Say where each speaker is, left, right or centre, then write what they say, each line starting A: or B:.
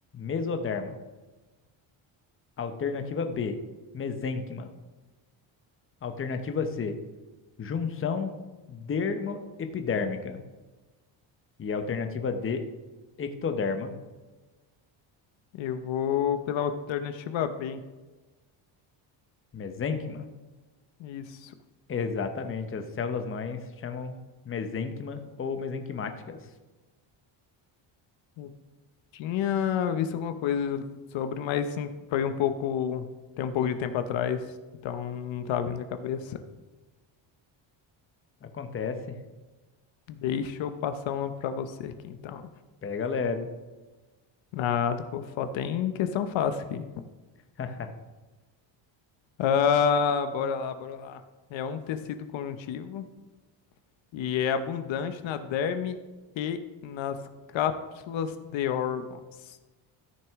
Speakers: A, on the left; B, on the left.
A: mesoderma. Alternativa B, mesênquima. Alternativa C, junção dermoepidérmica. E a alternativa D, ectoderma,
B: Eu vou pela alternativa B.
A: mesênquima.
B: Isso.
A: Exatamente, as células-mães chamam mesênquima ou mesenquimáticas.
B: Eu tinha visto alguma coisa sobre, mas foi um pouco. Tem um pouco de tempo atrás, então não tá vindo na cabeça.
A: Acontece,
B: Deixa eu passar uma pra você aqui, então.
A: pega leve.
B: Nada, pô, só tem questão fácil aqui.
A: <laughs>
B: Ah, bora lá, bora lá. É um tecido conjuntivo e é abundante na derme e nas cápsulas de órgãos.